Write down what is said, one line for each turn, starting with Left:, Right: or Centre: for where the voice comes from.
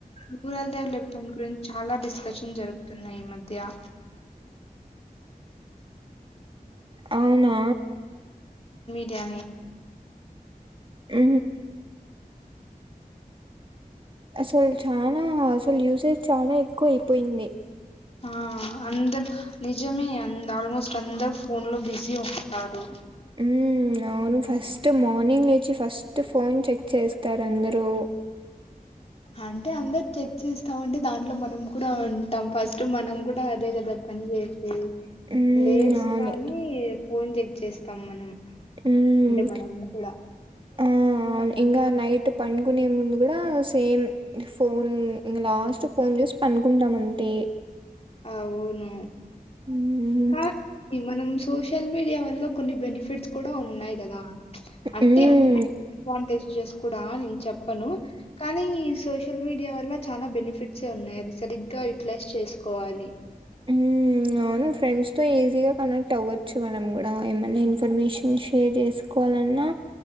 Left: రూరల్ దేవులుప్ాం గురించి చాలా డిస్కషన్ జరుగుతున్నాయి ఈ మధ్య
Right: అవునా
Left: అనీ జ్ఞా
Right: ఉ అసలు చనా అసలు యూసేజ్ చాలా ఎక్కువ అయిపోయింది
Left: ఆ అందరు నిజమే అం ఆల్మోస్ట్ అందరు ఫోన్ లో బిజీ ఉంటారు
Right: హ్మ్ అవును ఫస్ట్ మార్నింగ్ లేచి ఫస్ట్ ఫోన్ చెక్ చేస్తారు అందరూ
Left: అంటే అందరు చెక్ చేస్థావుంటే దాంట్లో మనం కూడా ఉంటాం ఫస్ట్ మనం కూడా అదే కదా పని చేసే
Right: హ్మ్
Left: లేస్తని
Right: అవును
Left: ఫోన్ చెక్ చేస్తాం మనం
Right: హ్మ్
Left: అంటే మనం కూడా
Right: ఆ ఇంగ నైట్ పడుకునే ముందు కూడా సేమ్ ఫోన్ లాస్ట్ ఫోన్ చూసి పనుకుంటాం అంతే
Left: అవును
Right: హ్మ్
Left: కానీ మనం స్కూ సోషల్ మీడియా వల్ల కొన్ని బెనిఫిట్స్ కూడా ఉన్నాయి కదా అంటే
Right: హ్మ్
Left: <inaudible> అడ్వాంటేజస్ బా నేను చెప్పను కానీ సోషల్ మీడియా వల్ల చాన బెనిఫిట్స్ ఉన్నాయి అది సరిగ్గా యుటిలైజ్ చేస్ కోవాలి
Right: మ్మ్ అవును ఫ్రెండ్స్తో ఈజీగా కనెక్ట్ అవ్వచ్చు మనం కూడా ఏమన్నా ఇన్ఫర్మేషన్ షేర్ చేసుకోవాలన్నా